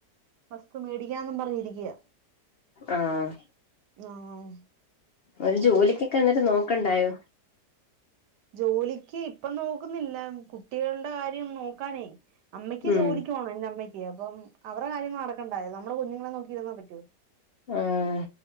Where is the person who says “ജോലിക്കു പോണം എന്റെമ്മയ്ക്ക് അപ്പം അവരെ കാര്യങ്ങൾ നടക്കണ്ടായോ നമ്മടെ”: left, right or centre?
Right